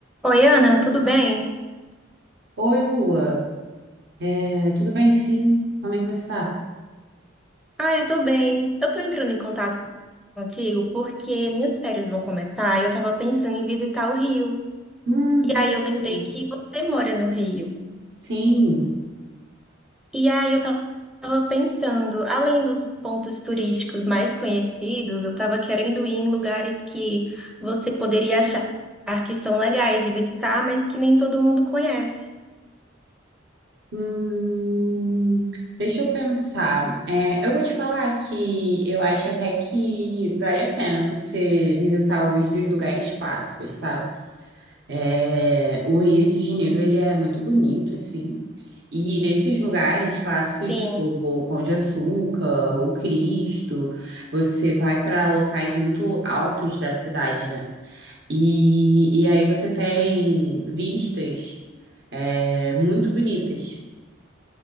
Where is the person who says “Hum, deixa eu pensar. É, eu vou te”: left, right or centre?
Right